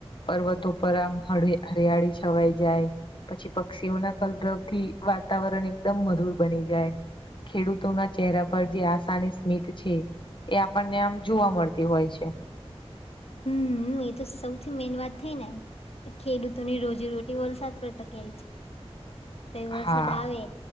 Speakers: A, on the left; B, on the left.
A: પર્વતો પર આમ હ હરિયાળી છવાય. જાય પછી પક્ષીઓના કલદ્રવ થી વાતાવરણ એકદમ મધુર બની જાય. ખેડૂતોના ચહેરા પર જે આશાની સ્મિત છે. એ આપણને આમ જોવા મળતી હોય છે.
B: હમ એ તો સૌથી મેન વાત થઈ ને એ ખેડૂતોની રોજીરોટી વરસાદ પડ ટકેલી છે. તો વરસાદ
A: હા
B: આવે